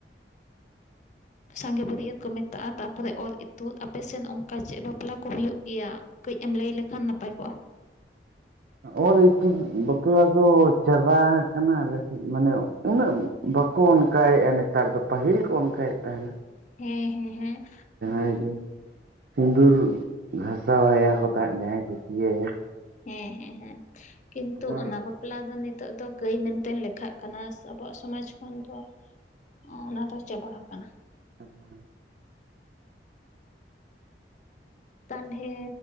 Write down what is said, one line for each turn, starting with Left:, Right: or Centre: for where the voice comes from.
Right: <unintelligible>
Left: ᱥᱟᱸᱜᱮ ᱵᱟᱹᱨᱭᱟᱹᱛ ᱠᱚ ᱢᱮᱛᱟᱜᱼᱟ ᱛᱟᱯᱚᱨᱮ ᱚᱨ ᱤᱛᱩᱫ ᱟᱯᱮ ᱥᱮᱱ ᱚᱱᱠᱟ ᱪᱮᱫ ᱵᱟᱯᱮ ᱵᱟᱯᱞᱟ ᱠᱚ ᱦᱩᱭᱩᱜ ᱜᱮᱭᱟ ᱠᱟᱹᱡ ᱮᱢ ᱞᱟᱹᱭ ᱞᱮᱠᱷᱟᱱ ᱱᱟᱯᱟᱭ ᱠᱚᱜᱼᱟ
Right: ᱚᱨ ᱤᱛᱩᱫ ᱵᱟᱯᱞᱟ ᱫᱚ ᱪᱟᱵᱟ ᱟᱠᱟᱱᱟ ᱠᱟᱱᱟ ᱟᱞᱮ ᱥᱮᱫ ᱢᱟᱱᱮ ᱩᱱᱟᱹᱜ ᱵᱟᱠᱚ ᱚᱱᱠᱟᱭᱮᱫᱼᱟ ᱱᱮᱛᱟᱨ ᱫᱚ ᱯᱟᱹᱦᱤᱞ ᱠᱚ ᱚᱱᱠᱟᱭᱮᱫ ᱛᱟᱦᱮᱱᱟ
Left: ᱦᱮᱸ ᱦᱮᱸ ᱦᱮᱸ
Right: ᱟᱡ ᱭᱩ ᱥᱤᱸᱫᱩᱨ ᱜᱷᱟᱥᱟᱣ ᱟᱭᱟ ᱠᱚ ᱛᱟᱦᱮᱸᱫ ᱡᱟᱦᱟᱸᱭ ᱠᱩᱥᱤᱭᱟᱭᱟ
Left: ᱦᱮᱸ ᱦᱮᱸ ᱦᱮᱸ ᱠᱤᱱᱛᱩ
Right: ᱟᱫᱚ
Left: ᱚᱱᱟ ᱵᱟᱯ ᱵᱟᱯᱞᱟ ᱫᱚ ᱱᱤᱛᱚᱜ ᱫᱚ ᱠᱟᱹᱭ ᱢᱮᱱᱛᱮ ᱞᱮᱠᱷᱟᱜ ᱠᱟᱱᱟ ᱟᱵᱚᱣᱟᱜ ᱥᱚᱢᱟᱡᱽ ᱠᱷᱚᱱ ᱫᱚ ᱚ ᱚᱱᱟ ᱫᱚ ᱪᱟᱵᱟ ᱦᱟᱠᱟᱱᱟ
Right: ᱦᱩ
Left: ᱛᱟᱞᱦᱮ